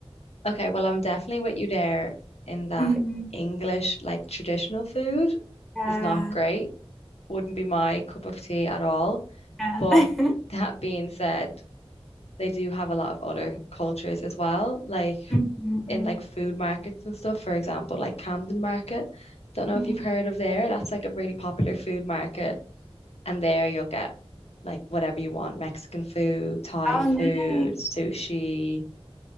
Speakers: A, on the left; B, in the centre.
A: Okay, well, I'm definitely with you there in that
B: Mhm.
A: English, like traditional food
B: Yeah.
A: is not great. Wouldn't be my cup of tea at all.
B: Yeah.
A: But
B: <laughs>
A: that being said, they do have a lot of other cultures as well, like
B: Mhm.
A: in like food markets and stuff. For example, like Camden Market. Don't know
B: Mhm.
A: if you've heard of there. That's like a really popular food market, and there you'll get like whatever you want, Mexican food, Thai
B: Oh,
A: food,
B: nice.
A: sushi,